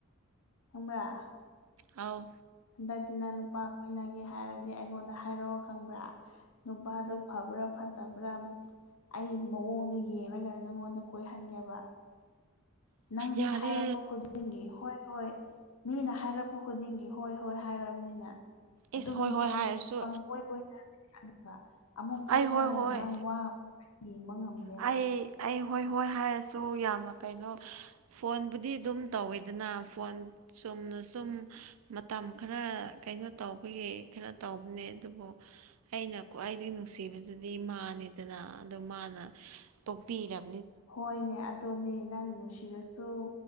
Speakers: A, on the left; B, on the right.
A: ꯈꯪꯕꯔꯥ
B: ꯑꯥꯎ
A: ꯍꯟꯗꯛꯇꯤ ꯅꯪ ꯅꯨꯄꯥ ꯀꯣꯏꯅꯒꯦ ꯍꯥꯏꯔꯗꯤ ꯑꯩꯉꯣꯟꯗ ꯍꯥꯏꯔꯛꯑꯣ ꯈꯪꯕ꯭ꯔꯥ ꯅꯨꯄꯥꯗꯨ ꯐꯕ꯭ꯔꯥ ꯐꯠꯇꯕ꯭ꯔꯥ ꯑꯩ ꯃꯑꯣꯡꯗꯣ ꯌꯦꯡꯉꯒ ꯅꯪꯉꯣꯟꯗ ꯀꯣꯏꯍꯟꯒꯦꯕ ꯅꯪꯗꯤ
B: ꯌꯥꯔꯦ
A: ꯍꯥꯏꯔꯛꯄ ꯈꯨꯗꯤꯡꯒꯤ ꯍꯣꯏ ꯍꯣꯏ ꯃꯤꯅ ꯍꯥꯏꯔꯛꯄ ꯈꯨꯗꯤꯡꯒꯤ ꯍꯣꯏ ꯍꯣꯏ ꯍꯥꯏꯔꯕꯅꯤꯅ ꯑꯗꯨꯝ
B: ꯏꯁ ꯍꯣꯏ ꯍꯣꯏ
A: ꯄꯪꯁ
B: ꯍꯥꯏꯔꯁꯨ
A: ꯄꯪꯀꯣꯏ ꯀꯣꯏ <unintelligible> ꯑꯃꯨꯛ
B: ꯑꯩ
A: ꯇꯣꯛꯅꯔꯒ
B: ꯍꯣꯏ ꯍꯣꯏ
A: ꯅꯪ ꯋꯥ <unintelligible> ꯌꯦꯡꯕ ꯉꯝꯗꯦꯕ
B: ꯑꯩ ꯑꯩ ꯍꯣꯏ ꯍꯣꯏ ꯍꯥꯏꯔꯁꯨ ꯌꯥꯝꯅ ꯀꯩꯅꯣ ꯐꯣꯟꯕꯨꯗꯤ ꯑꯗꯨꯝ ꯇꯧꯋꯦꯗꯅ ꯐꯣꯟ ꯆꯨꯛ ꯆꯨꯝꯅ ꯁꯨꯝ ꯃꯇꯝ ꯈꯔ ꯀꯩꯅꯣ ꯇꯧꯕꯒꯤ ꯈꯔ ꯇꯧꯕꯅꯦ ꯑꯗꯨꯕꯨ ꯑꯩꯅ ꯈ꯭ꯋꯥꯏꯗꯒꯤ ꯅꯨꯡꯁꯤꯕꯗꯨꯗꯤ ꯃꯥꯅꯦꯗꯅ ꯑꯗꯣ ꯃꯥꯅ ꯇꯣꯛꯄꯤꯔꯛ
A: ꯍꯣꯏꯅꯦ ꯑꯗꯣꯅꯦ ꯅꯪꯅ ꯅꯨꯡꯁꯤꯔꯁꯨ